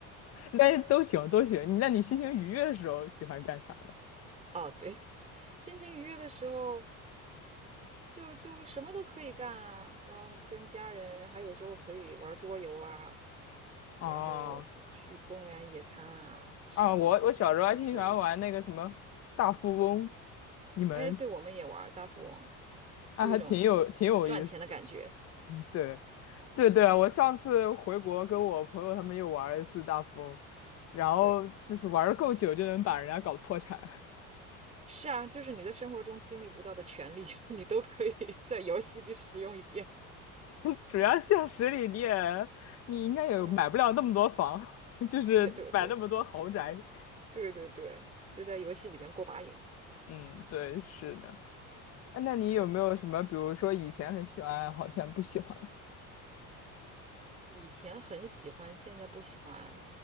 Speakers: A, on the left; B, on the right.
A: 那是都行，都行。那你心情愉悦的时候喜欢干啥的？
B: 哦，对，<laughs> 心情愉悦的时候就就什么都可以干啊，然后跟家人，还有时候可以玩桌游啊，
A: 啊
B: 然后去公园野餐啊，什么都可以。
A: 啊，我我小时候还挺喜欢玩那个什么大富翁，你们
B: 哎，对，我们也玩儿大富翁，
A: 啊还挺有挺有意思的。
B: 就有一种赚钱的感觉。
A: 嗯，对对对啊，我上次回国跟我朋友他们又玩了一次大富翁，然后就是玩的够久就能把人家搞破产。
B: 对，是啊，就是你在生活中经历不到的权利，<laughs> 你都可以在游戏里使用一遍。
A: <laughs> 主要现实里你也你应该也买不了那么多房，
B: 嗯，
A: <laughs> 就是买那么多豪宅。
B: 对对对对对对，就在游戏里面过把瘾。
A: 嗯，对，是的。哎，那你有没有什么，
B: 对，
A: 比如说以前很喜欢，好像不喜欢？
B: 以前很喜欢，现在不喜欢，